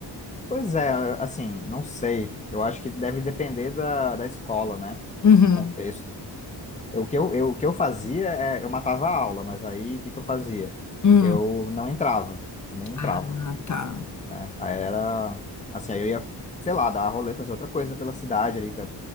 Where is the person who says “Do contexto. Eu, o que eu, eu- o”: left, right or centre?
Left